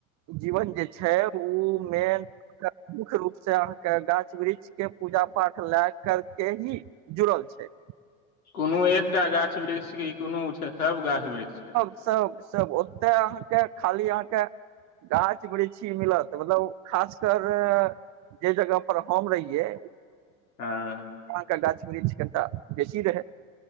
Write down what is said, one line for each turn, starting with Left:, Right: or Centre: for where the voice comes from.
Right: जीवन जे छै, ओ मे मुख्य रूप से अहाँकेँ गाछ वृक्ष के पूजा पाठ लए कर के ही जुड़ल छै।
Left: कोनो एकटा गाछ वृक्षके कोनो सभ गाछ वृक्षके
Right: सभ सभ ओते अहाँकेँ खाली अहाँकेँ गाछ वृषी मिलत मतलब खास कर जे जगह पर हम रहियै
Left: आ।
Right: वहाँकेँ गाछ वृक्ष कनिटा बेसी रहै